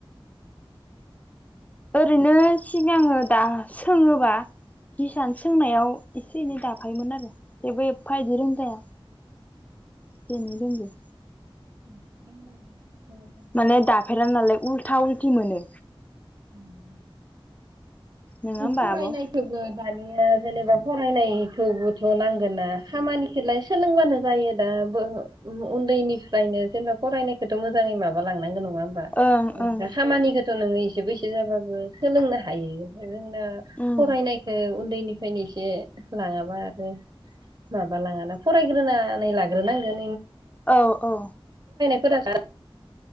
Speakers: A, on the left; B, on the right.
A: ओरैनो सिगाङो दा सोङोबा हिसान सोंनायाव एसे एनै दाफायोमोन आरो जेबो एफा इदि रोंद्राया। एसे एनै बुंदो
B: <unintelligible>
A: माने दाफेरा नालाय उल्था उलथि मोनो
B: अम
A: नङा होमबा
B: फरायनायखौबो
A: आब'
B: दायो अम ओ जेनेबा फरायनायखौबोथ नांगोना खामानिखोलाय सोलोंबानो जायो दा बो ओ उन्दैनिफ्रायनो जेनेबा फरायनायखौथ मोजाङै माबा लांनांगौ नङा। होबा
A: ओं ओं
B: खामानिखौथ' नोङो इ थेबैस जाबाबो सोलोंनो हायो। जोंना
A: उम
B: फरायनायखौ उन्दैनिफ्रायनो एसे लाङाबा आरो माबा लाङाना फरायग्रोनानै लाग्रोनांगोन।
A: औ औ
B: फोरा